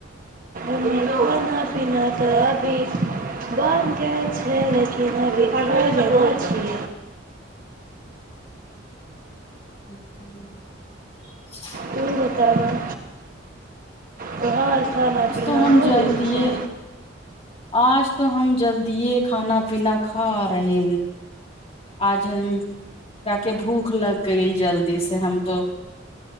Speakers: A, on the right; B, on the left.
A: ओने खाना पीना तऽ अभी बान गैल छै लेकिन <inaudible> छै
B: अचछा <inaudible>
A: तु बताबऽ तौहर खाना
B: आज
A: पीना
B: तो हम
A: हो
B: जल्दिए
A: गेल छै
B: आज तऽ हम जल्दिए खाना पीना खा रहे आज हम ताके भूख लग गय जल्दी से हम तो